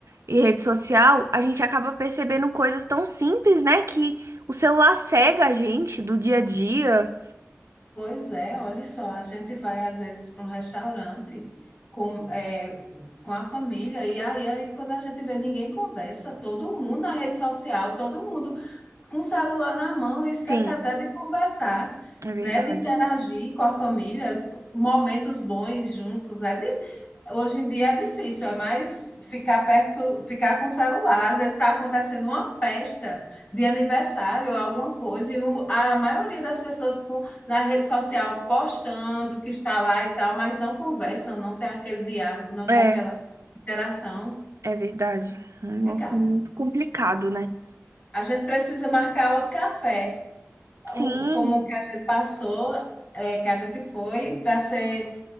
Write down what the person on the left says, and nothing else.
Pois é, olha só, a gente vai às vezes para um restaurante com, é, com a família e aí, aí quando a gente vê ninguém conversa, todo mundo na rede social, todo mundo com o celular na mão, e esquece
até de conversar,
né, de interagir com a família, momentos bons juntos, é Hoje em dia é difícil, é mais ficar perto, ficar com o celular. Às vezes está acontecendo uma festa de aniversário, ou alguma coisa, e o- a maioria das pessoas com, na rede social postando que está lá e tal, mas não conversam, não tem aquele diálogo, não tem
aquela interação.
Complicado.
A gente precisa marcar outro café,
um- como o que a gente passou, é, que a gente foi, para ser